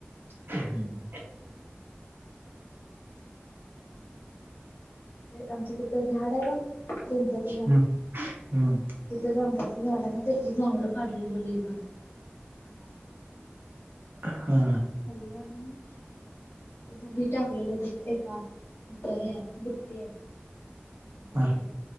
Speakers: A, on the right; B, on the left.
A: हम्म.
B: आमच तिथं झाड आहे बघ चिंचेच झाड
A: हम्म हम्म
B: तिथं जांभ झाडाने त्यातलं जांभळं काढलेलं लईभारी खायाला.
A: हा.
B: <unintelligible> त्याचं बी टाकलेलो तिथं एका इथ ह बुट्टीये. बुटी.
A: हा